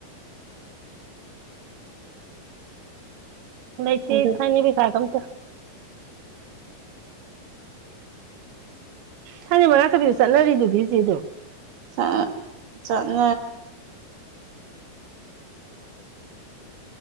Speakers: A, on the right; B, on the right.
A: ꯂꯩꯇ
B: ꯑꯗꯨ
A: ꯏ ꯊꯅꯤ ꯄ ꯁꯥꯥꯒꯝꯇ ꯊꯅ ꯃꯉꯅꯥ ꯆꯕꯤꯁꯨ ꯆꯠꯅꯔꯤꯗꯨꯗꯤ ꯁꯤ ꯑꯗꯨꯝ
B: ꯑ ꯆꯅꯤ